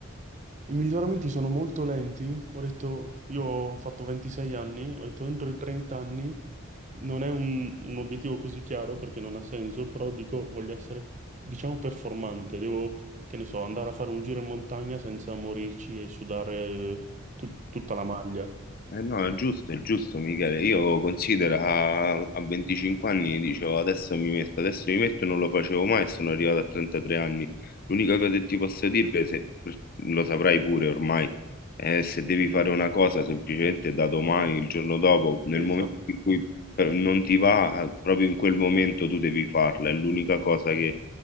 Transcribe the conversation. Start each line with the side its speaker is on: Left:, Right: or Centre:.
Right: I miglioramenti sono molto lenti. Ho detto, io ho fatto 26 anni, ho detto entro i 30 anni non è un, un obiettivo così chiaro perché non ha senso, però dico voglio essere, diciamo, performante. Devo, che ne so, andare a fare un giro in montagna senza morirci e sudare eh, tut- tutta la maglia.
Left: Eh no, è giusto, è giusto, Michele. Io considero a, a 25 anni dicevo adesso mi metto, adesso mi metto, non lo facevo mai e sono arrivato a 33 anni. L'unica cosa che ti posso dire, se lo saprai pure ormai, è se devi fare una cosa semplicemente da domani, il giorno dopo, nel
Right: Esatto.
Left: momento in cui per- non ti va, proprio in quel momento tu devi farla, è l'unica cosa che,